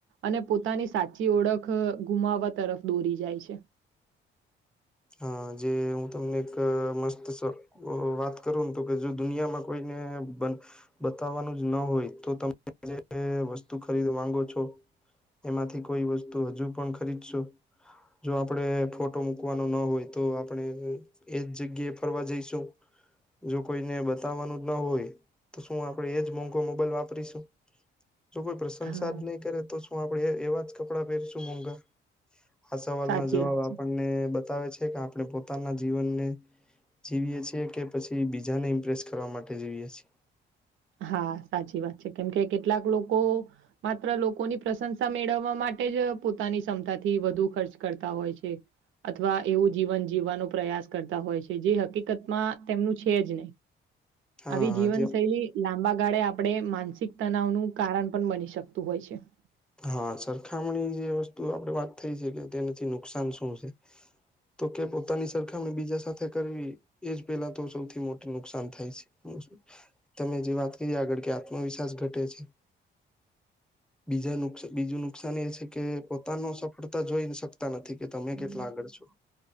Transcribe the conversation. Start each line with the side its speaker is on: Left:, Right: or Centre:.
Right: અને પોતાની સા પાછી ઓળખ ગુમાવવા તરફ દોરી જાય છે.
Centre: હા જે હું તમને એક મસ્ત વાત કરું ને તો કે જો દુનિયામાં કોઈને બતાવવાનું જ ના હોય તો તમે જે વસ્તુ ખરીદ માંગો છો? એમાંથી કોઈ વસ્તુ હજુ પણ ખરીદશો જો આપડે ફોટો મક મૂકવાનો ન હોય તો આપણે એજ જગ્યાએ ફરવા જઈશું. જો કોઈને બતાવવાનું જ ન હોય તો શું આપણેે એ જ મોંઘો મોબાઈલ વાપરીશું? જો કોઈ પ્રશંસા
Right: હા
Centre: જ નહીં કરે તો શું આપણે એ એવા જ કપડાં પહેરશું મોઘા? આ સવાલના
Right: સાચી
Centre: જવાબ
Right: વાત
Centre: આપણને
Right: છે
Centre: બતાવે છે કે આપણે પોતાના જીવનને જીવીએ છીએ કે પછી બીજાને ઇમ્પ્રેસ કરવા માટે જીવીએ છીએ
Right: હા સાચી વાત છે કેમ કે કેટલાક લોકો માત્ર લોકોની પ્રશંસા મેળવવા માટે જ પોતાની ક્ષમતાથી વધુ ખર્ચ કરતા હોય છે. અથવા એવું જીવન જીવવાનો પ્રયાસ કરતા હોય છે જે હકીકતમાં તેમનું છે જ નહી.
Centre: હા
Right: આવી જીવન
Centre: જે
Right: શૈલી લાંબા ગાળે આપણે માનસિક તનાવ નું કારણ પણ બની શકતું હોય છે.
Centre: હા સરખામણી જે વસ્તુ આપણે વાત થઈ છે કે તેનાથી નુકસાન શું છે. તો કે પોતાની સરખામણી બીજા સાથે કરવી એજ પેલા તો સૌથી મોટું નુકસાન થાય છે. <inaudible> તમે જે વાત કરીએ આગળ કે આત્મવિશ્વાસ ઘટે છે બીજા નુકસા બીજું નુકસાન એ છે કે પોતાનો સફળતા જોઈ શકતા નથી કે તમે કેટલા આગળ છો.